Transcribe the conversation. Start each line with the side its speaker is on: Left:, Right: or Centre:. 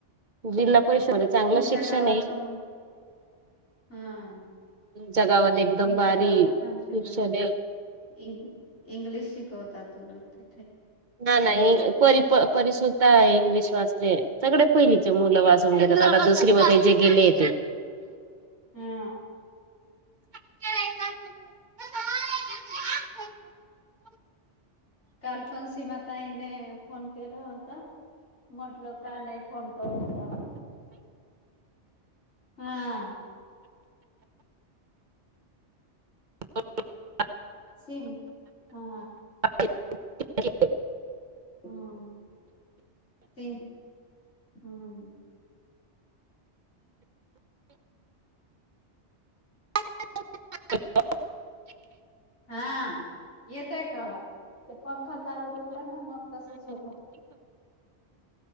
Right: जिल्हा परिषद मध्ये चांगल
Left: तुमच्या
Right: शिक्षण
Left: गावात
Right: आहे.
Left: पण हा
Right: जगावर एकदम
Left: तुमच्या
Right: भारी
Left: गावात.
Right: शिक्षण
Left: <unintelligible>
Right: आहे
Left: इंग्लिश शिकवतात तुला ते,
Right: ना नाही. परि परिसुद्ध इंग्लिश वाचते. सगळे पहिलीचे मुल वाचून घेता. आता दुसरी मध्ये जे गेले ते,
Left: हा.
Right: <unintelligible>
Left: काल पण सीमा ताईने फोन केला होता. म्हटलं का नाही फोन करू म्हणू हा.
Right: <unintelligible>
Left: सिम हा
Right: <unintelligible>
Left: हम्म ते हम्म.
Right: <unintelligible>
Left: हा येतय का आवाज? ते पंखा तालुक्याला ना मग तसच होत.